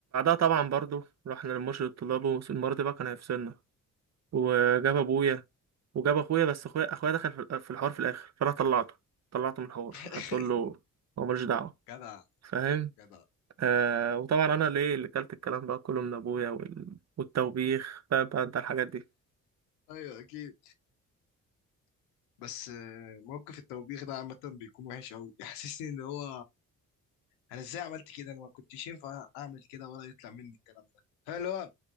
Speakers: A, on the right (about 45°); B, on the left (about 80°).
A: طبعا برضو رحنا لمرشد الطلاب والمرة دي بقى كان هيفصلنا وجاب ابويا وجاب اخويا بس اخويا اخويا دخل في ال- في الحوار في الاخر فانا طلعته طلعته من الحوار
B: <laughs>
A: هتقول له هو ملوش دعوة
B: جدع
A: فاهم
B: جدع
A: آه وطبعا انا ليه اللي كلت الكلام ده كله من ابويا وال- والتوبيخ فاهم بقى انت الحاجات دي
B: ايوه اكيد بس آه، موقف التوبيخ ده عامه بيكون وحش قوي يحسسني ان هو انا ازاي عملت كده انا ما كنتش ينفع اعمل كده ولا يطلع مني الكلام ده هل اللي هو